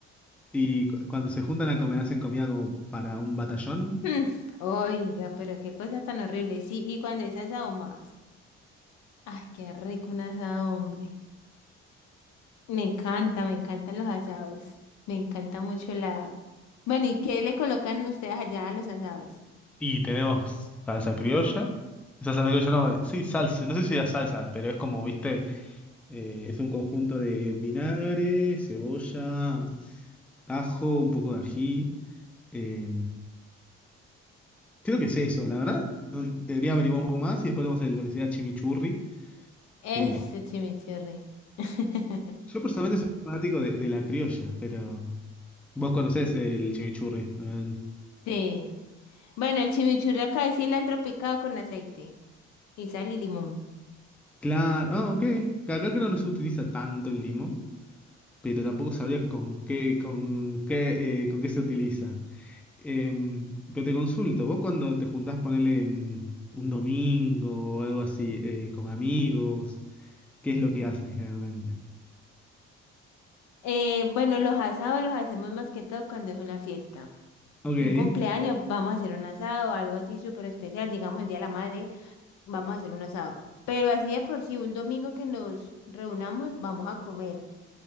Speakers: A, in the centre; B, on the left (about 70°).
A: Y cu- cuando se juntan a comer, hacen comida como para un batallón.
B: Hmm, Oiga, pero qué cosa tan horrible. Sí, y cuando es asado más. Ay, qué rico un asado, hombre. Me encanta, me encantan los asados. Me encanta mucho la... Bueno, ¿y qué le colocan ustedes allá a los asados?
A: Y tenemos salsa criolla. Esa salsa criolla no, eh, sí, salsa. No sé si era salsa, pero es como, viste, Eh, es un conjunto de vinagre, cebolla, ajo, un poco de ají. eh, creo que es eso, la verdad. no- debería averiguar un poco más y después tenemos el- lo que sería chimichurri,
B: Ese
A: que
B: chimichurri. <laughs>
A: Yo personalmente soy fanático de, de la criolla, pero vos conocés el chimichurri. obviamente.
B: Sí. Bueno, el chimichurri acá es cilantro picado con aceite y sal y limón.
A: Claro, ah, ok. Acá creo que no se utiliza tanto el limón, pero tampoco sabría con qué, con qué, eh, con qué se utiliza. Em, pero te consulto, vos cuando te juntás, ponele en un domingo o algo así, eh, con amigos, ¿qué es lo que hacen generalmente?
B: Eh, bueno, los asados los hacemos más que todo cuando es una fiesta.
A: Ok.
B: Un cumpleaños, vamos a hacer un asado, algo así súper especial, digamos el Día de la Madre, vamos a hacer un asado. Pero así de por sí, un domingo que nos reunamos, vamos a comer.